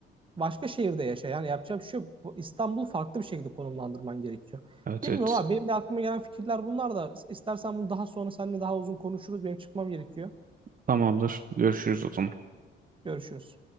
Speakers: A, on the right; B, on the right.
A: başka şehirde yaşa. Yani yapacağım bir şey Bu İstanbul'u farklı bir şekilde konumlandırman gerekiyor.
B: Evet
A: Bilmiyorum
B: evet.
A: abi benim de aklıma gelen fikirler bunlar da İstersen bunu daha sonra seninle daha uzun konuşuruz. Benim çıkmam gerekiyor.
B: Tamamdır. Görüşürüz o zaman.
A: Görüşürüz.